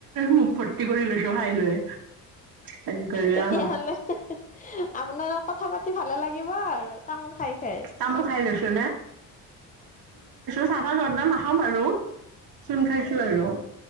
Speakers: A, on the right; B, on the left.
A: মুখ ভৰ্তি কৰি লৈছো খাই লৈ। হেৰি কৰি
B: তেতিয়াাহলে
A: অ
B: আপোনাৰ কথা পাতি ভালে লাগিব আৰু, তামোল খাই খায়,
A: তামোল খাই লৈছো চাধা জৰ্দ নাখাওঁ বাৰু চোন খাইছো আৰু,